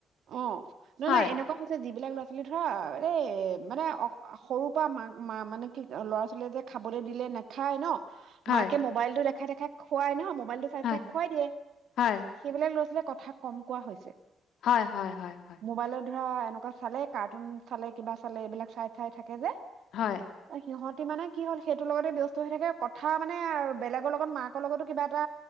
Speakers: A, on the right; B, on the left.
A: অঁ নহয়
B: হয়
A: নহয় এনেকুৱা হৈছে যিবিলাক ল'ৰা ছোৱালী ধৰা এই মানে সৰুৰ পৰা মাক মা মানে কি ল'ৰা ছোৱালীয়ে যে খাবলৈ দিলে নাখায় ন
B: হয়
A: মাকে মোবাইলতো দেখাই থাকে তাক খোৱাই ন খুৱাই দিয়
B: হয়
A: এইবিলাক
B: হয়
A: ল'ৰা ছোৱালীয়ে কথা কম কোৱা হৈছে
B: হয় হয় হয়
A: মোবাইলত ধৰা এনেকুৱা চালে কাৰ্টুন চালে কিবা চালে এইবিলাক চাই চাই থাকে যে
B: হয়
A: অঁ সিহঁত মানে কি হ'ল সেইটোৰ লগতে ব্যস্ত হৈ থাকে কথা মানে বেলেগৰ লগত মাকৰ লগতো কিবা এটা